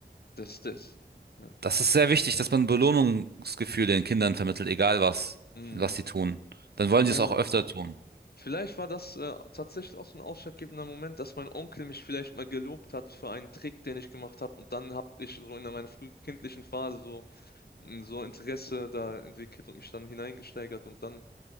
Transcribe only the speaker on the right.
Das ist sehr wichtig, dass man Belohnungsgefühl den Kindern vermittelt, egal was,
was sie tun. Dann wollen
sie es auch öfter tun.